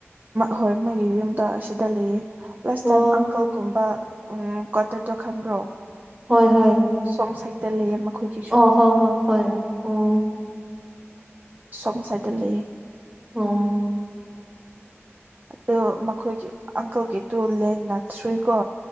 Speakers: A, on the right; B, on the right.
A: ꯍꯣꯏ ꯃꯒꯤ ꯌꯨꯝꯗ ꯑꯁꯤꯗ ꯂꯩꯌꯦ ꯂꯥꯁ
B: ꯋꯥ
A: ꯇꯥꯏꯝ ꯑꯪꯀꯜꯒꯨꯝꯕ ꯎꯝ ꯀꯠꯇ ꯇꯣ ꯈꯝꯕ꯭ꯔꯣ
B: ꯍꯣꯏ ꯍꯣꯏ
A: ꯁꯣꯝ ꯁꯥꯏꯠꯇ ꯂꯩꯌꯦ ꯃꯈꯣꯏꯒꯤꯁꯨ
B: ꯑꯣ ꯍꯣꯏ ꯍꯣꯏ ꯍꯣꯏ ꯑꯣ
A: ꯁꯣꯝ ꯁ꯭ꯥꯏꯗ ꯂꯩꯌꯦ
B: ꯑꯣ
A: ꯑꯗꯨ ꯃꯈꯣꯏꯒꯤ ꯑꯪꯀꯜꯒꯤ ꯇꯨ ꯂꯦꯟꯅ ꯊ꯭ꯔꯤꯀꯣ